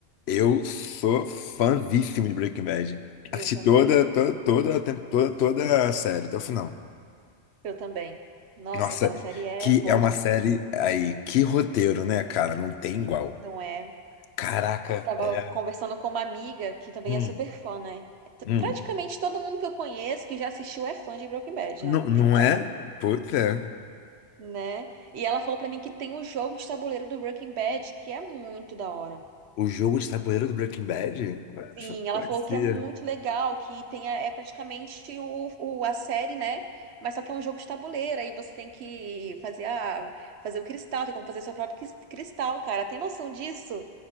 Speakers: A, on the left; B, on the right.
A: Eu sou fãzíssimo de Breaking Bad.
B: Eu
A: Assisti
B: também.
A: toda, toda, toda, a tem- toda, toda a série, até o final.
B: Eu também. Nossa,
A: Nossa,
B: aquela série é
A: que
B: boa
A: é uma
B: demais.
A: série aí, que roteiro, né, cara? Não tem igual.
B: Não é?
A: Caraca,
B: Tava
A: é.
B: conversando com uma amiga que também
A: Hum,
B: é super fã, né? T-
A: hum.
B: Praticamente todo mundo que eu conheço que já assistiu é fã de Breaking Bad,
A: Não,
B: né? Não
A: não
B: tem como.
A: é? Putz, é.
B: né? E ela falou pra mim que tem o jogo de tabuleiro do Breaking Bad, que é muito da hora.
A: O jogo de tabuleiro do Breaking Bad? Ué,
B: Sim,
A: Só conhecia.
B: ela falou que é muito legal, que tem a- é praticamente o, o- a série, né? Mas só que é um jogo de tabuleiro, aí você tem que fazer a, fazer o cristal, tem como fazer seu próprio cris- cristal, cara. Tem noção disso?